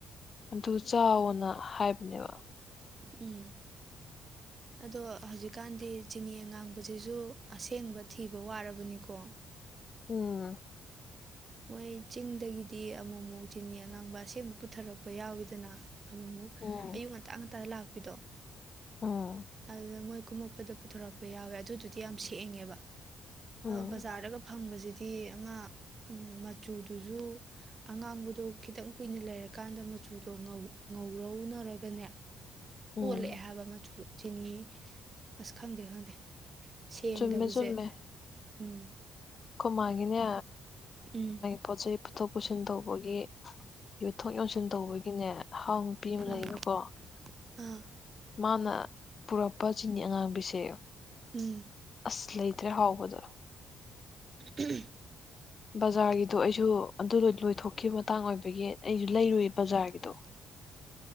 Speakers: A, on the left (about 40°); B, on the right (about 35°).
A: ꯑꯗꯨ ꯆꯥꯎꯅ ꯍꯥꯏꯕꯅꯦꯕ
B: ꯎꯝ ꯑꯗꯣ ꯍꯧꯖꯤꯛꯀꯥꯟꯗꯤ ꯆꯤꯅꯤ ꯑꯉꯥꯡꯕꯁꯤꯁꯨ ꯑꯁꯦꯡꯕ ꯊꯤꯕ ꯋꯥꯔꯕꯅꯤꯀꯣ
A: ꯎꯝ
B: ꯃꯣꯏ ꯆꯤꯡꯗꯒꯤꯗꯤ ꯑꯃꯃꯨꯛ ꯆꯤꯅꯤ ꯑꯉꯥꯡꯕ ꯑꯁꯦꯡꯕ ꯄꯨꯊꯔꯛꯄ ꯌꯥꯎꯋꯤꯗꯅ ꯑꯃꯃꯨꯛ
A: ꯎꯝ
B: ꯑꯌꯨꯛ ꯉꯇꯥ ꯉꯟꯇꯥꯗ ꯂꯥꯛꯄꯤꯗꯣ
A: ꯎꯝ
B: ꯑꯗꯨꯗ ꯃꯣꯏ ꯀꯨꯝꯃꯛꯄꯗ ꯄꯨꯊꯣꯔꯛꯄ ꯌꯥꯎꯋꯦ ꯑꯗꯨꯗꯨꯗꯤ ꯇ ꯌꯥꯝ ꯁꯦꯡꯉꯦꯕ
A: ꯎꯝ
B: ꯕꯖꯥꯔꯗꯒ ꯐꯪꯕꯁꯤꯗꯤ ꯑꯃ ꯃꯆꯨꯗꯨꯁꯨ ꯑꯉꯥꯡꯕꯗꯣ ꯈꯤꯇꯪ ꯀꯨꯏꯅ ꯂꯩꯔꯀꯥꯟꯗ ꯃꯆꯨꯗꯣ ꯉꯧꯔꯧꯅꯔꯒꯅꯦ
A: ꯎꯝ
B: ꯑꯣꯜꯂꯛꯑꯦ ꯍꯥꯏꯕ ꯃꯆꯨꯗꯣ ꯆꯤꯅꯤ ꯑꯁ ꯈꯪꯗꯦ ꯈꯪꯗꯦ ꯁꯦꯡꯗꯕꯁꯦ
A: ꯆꯨꯝꯃꯦ ꯆꯨꯝꯃꯦ
B: ꯎꯝ
A: ꯈꯨꯃꯥꯒꯤꯅꯦ
B: ꯎꯝ
A: ꯄꯣꯠ ꯆꯩ ꯄꯨꯊꯣꯛ ꯄꯨꯁꯤꯟ ꯇꯧꯕꯒꯤ ꯌꯣꯟꯊꯣꯛ ꯌꯣꯟꯁꯤꯟ ꯇꯧꯕꯒꯤ ꯑꯩꯅꯦ ꯍꯥꯎ ꯅꯨꯄꯤ ꯑꯃ
B: ꯑꯥ
A: ꯂꯩꯕꯀꯣ
B: ꯑꯥ
A: ꯃꯥꯅ ꯄꯨꯔꯛꯄ ꯆꯤꯅꯤ ꯑꯉꯥꯡꯕꯤꯁꯦ
B: ꯎꯝ
A: ꯑꯁ ꯂꯩꯇ꯭ꯔꯦ ꯍꯥꯎꯕꯗꯣ
B: ꯎ ꯎꯝ
A: ꯕꯖꯥꯔꯒꯤꯗꯣ ꯑꯩꯁꯨ ꯑꯗꯨ ꯂꯣꯏꯊꯣꯛꯈꯤꯕ ꯃꯇꯥꯡ ꯑꯣꯏꯕꯒꯤ ꯑꯩꯁꯨ ꯂꯩꯔꯨꯏ ꯕꯖꯥꯔꯒꯤꯗꯣ
B: <unintelligible>